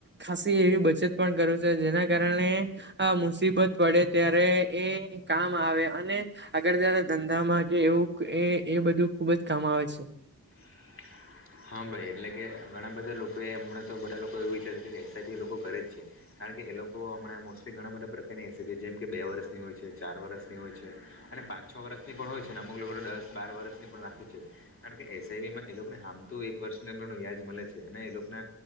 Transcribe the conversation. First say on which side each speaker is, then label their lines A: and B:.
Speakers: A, on the right; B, on the left.
A: ખાસી એવી બચત પણ કરું છે જેના કારણે અ મુસીબત પડે ત્યારે એ કામ આવે અને આગળ જતા ધંધામાં કે એવું એ એ બધું ખુબ જ કામ આવે છે.
B: <inaudible> હા ભાઈ એટલે કે ઘણા બધા લોકો એ હમણાં તો બધા લોકો એવું વિચારે છે કે એસ આઈ પી એ લોકો કરે જ છે કારણ કે એ લોકો હમણાં મોસ્ટલી ઘણા બધા પ્રકારની એસ આઈ પી જેમ કે બે વર્ષની હોય છે ચાર વર્ષ હોય છે અને પાંચ છ વર્ષ ની પણ હોય છે અને અમુક લોકોને દસ બાર વર્ષની પણ રાખે છે કારણ કે એસ આઈ પીમાં એ લોકને હામ તું એક વર્ષ અંદરનું વ્યાજ મલે છે અને એ લોકના